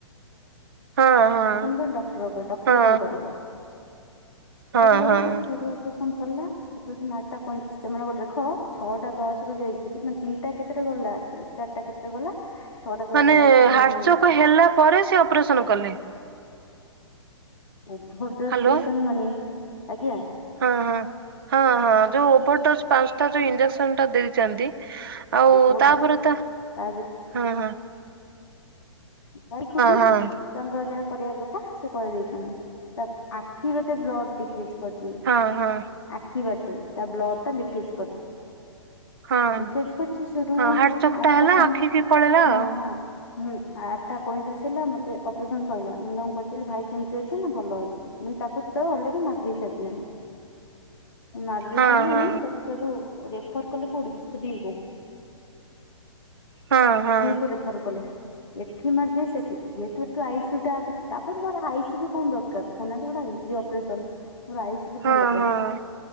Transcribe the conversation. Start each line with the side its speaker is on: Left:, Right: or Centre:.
Right: ହଁ ହଁ ହଁ ହଁ।
Left: କରେ ଡ଼କ୍ଟର୍ ଉପରେ। ଡ଼କ୍ଟର୍
Right: ହଁ ହଁ
Left: କ'ଣ କରିବ?
Right: ହଁ
Left: <inaudible>
Right: ହଁ।
Left: ଅପ୍ରେସନ୍ ଆଟ୍ ଟା, ସେମାନଙ୍କର ଦେଖ ଛଅଟା ଦଶ୍ ରୁ ଯାଇଚି। ମାନେ ତିନ୍ ଟା କେତେଟା ରୁ ଗଲା? ଚାର୍ଟା କେତେ ଗଲା। ଛଅଟା ଦଶରେ
Right: ମାନେ,
Left: ଅପ
Right: ହାର୍ଟଚୋକ
Left: ମାନେ
Right: ହେଲା ପରେ ସେ ଅପରେସନ୍‌ କଲେ।
Left: <inaudible>
Right: ହାଲୋ ହଁ ହଁ ହଁ ହଁ! ଯଉ ଓଭରଡୋଜ୍‌ ପାନ୍‌ଷ୍ଟା ଟା ଯଉ ଇଞ୍ଜକ୍ସନ୍‌ ଟା ଦେଇଚନ୍ତି। ଆଉ
Left: ଓଭର
Right: ତା'ପରେ
Left: ଡୋଜ
Right: ତା
Left: <inaudible>
Right: <inaudible>
Left: ାଇକୁଟି <unintelligible>
Right: ହଁ ହଁ
Left: ତାଙ୍କର ଯାହା କରିବା କଥା ସେ କରିଦେଇଛନ୍ତି। ତା ଆଖି ବାଟେ ବ୍ଲଡଡିକେ ହୋଉଛି।
Right: ହଁ ହଁ।
Left: ଆଖି ବାଟେ ତା ବ୍ଲଡ ଟା ଲିକେଜ କରଛି।
Right: ହଁ
Left: ଲିକେଜ କରୁଛି ସେଠୁ,
Right: ହଁ ହାର୍ଟ ଚୋକଟା
Left: ଆଠଟା
Right: ହେଲା
Left: ପଇଁତିରି
Right: ଆଖିକି ପଳେଇଲା
Left: ହଁ
Right: ଆଉ
Left: ହଁ। ହୁଁ ଆଠ ପଇଁତିରିଶ ହେଲା, ମୋତେ ଅପରେସନ୍ ସରିଲା। ମୁଁ ତାଙ୍କୁ ପଚାରିଲି ଭାଇ କେମିତି ଅଛି? ନା ଭଲ ଅଛି। ମାନେ ତାକୁ ସେତେବେଳେ ଅଲରେଡି ମାରି ଦେଇ ସାରିଲେଣି। ମାରି ଦେଇ
Right: ହଁ ହଁ
Left: ସାରିଲେଣି,
Right: ହଁ
Left: ତାକୁ ସେଠୁ ରେଫର କଲେ କୋଉଠି, ଶ୍ରୀ କୁ।
Right: ହଁ ହଁ।
Left: ଶ୍ରୀ
Right: ହଁ
Left: କୁ ରେଫର୍ କଲେ। ଏଠି ମାରିଦେଇ ସେଠି, ଯେହେତୁ ଏଠି ଆଇ ସି ଇଉ ଟା, ତାପରେ ମୋର ଆଇ ସି ଇଉ ବି କଣ ଦରକାର କହୁନାହାନ୍ତି ଏଟା ଏନ୍ ଜି ଅପରେସନ୍ ମୋର ଆଇ ସେଠୁ
Right: ହଁ
Left: କଣ ଦରକାର?
Right: ହଁ